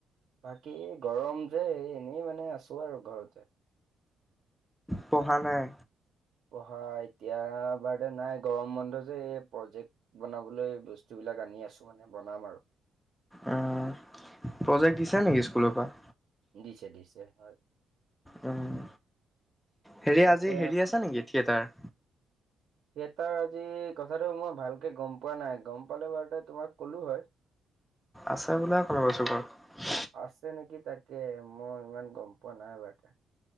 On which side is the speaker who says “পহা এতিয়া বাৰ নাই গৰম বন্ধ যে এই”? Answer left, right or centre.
Right